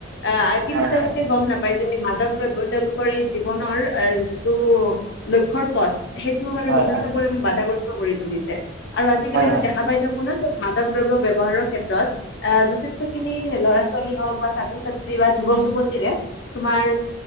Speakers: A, on the left; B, on the right.
A: আহ কিন্তু
B: হয়
A: তেওঁলোকে
B: হয়।
A: গম নাপায় যে এই মাধৱ দ্ৰব্য তেওঁলোকৰ এই জীৱনৰ এ যিটো লক্ষ্ৰ সেইটো মানে
B: হয়
A: যথেষ্ট
B: হয়।
A: পৰিমে বাধাগ্ৰস্ত কৰি তুলিছে আৰু আজিকালি
B: হয়
A: আমি
B: হয়
A: দেখা পাই থাকো ন মাদক দ্ৰব্য ব ব্যৱহাৰৰ ক্ষেত্ৰত যথেষ্টখিনি ধৰাস্বালী হও বা ছাত্ৰ ছাত্ৰীবাজ। যুৱতীৰে তোমাৰ